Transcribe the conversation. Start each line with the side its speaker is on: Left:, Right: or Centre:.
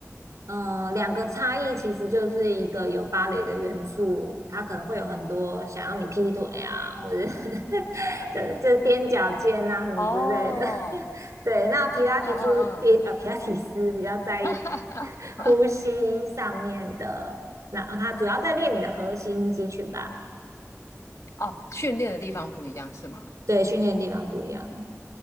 Right: 嗯、呃两个差异其实就是一个有芭蕾的元素，它可能会有很多想要你劈腿啊，或者是 <laughs> 就就是踮脚尖啊什么之类的。
Left: 哦，
Right: <laughs> 对，那皮拉提斯比呃皮拉提斯比较在意
Left: 嗯嗯嗯，
Right: <laughs>
Left: <laughs>
Right: 呼吸上面的，那它主要在练你的核心肌群吧？
Left: 哦，训练的地方不一样是吗？
Right: 对，训练的地方不一样。